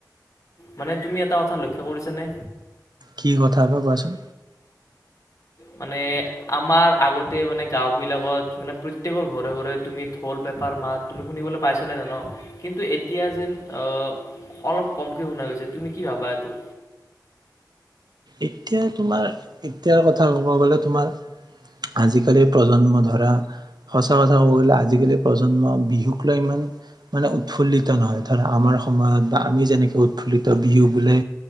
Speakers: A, on the left (about 50°); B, on the right (about 70°).
A: মানে তুমি এটা কথা লক্ষ্য কৰিছ নে
B: কি কথা বা কোৱাচোন
A: মানে আমাৰ আগতে মানে গাওবিলাকত মানে প্ৰত্যয়েকৰ ঘৰে ঘৰে তুমি থল পেপাৰ মাত তুমি শুনিবলৈ পাইছিলা নে ন কিন্তু এতিয়া যেন আহ অলপ কমকে শুনা গৈছে তুমি কি ভাবা এইটো
B: এতিয়া তোমাৰ এতিয়াৰ কথা ক'ব গ'লে তোমাৰ আজিকালি প্ৰজন্ম ধৰা সঁচা কথা কব গলে আজিকালি প্ৰজন্ম বিহুক লৈ ইমান মানে উৎফুল্লিত নহয় ধৰা আমাৰ সময়ত বা আমি যেনেকে উৎফুল্লিত বিহু বোলে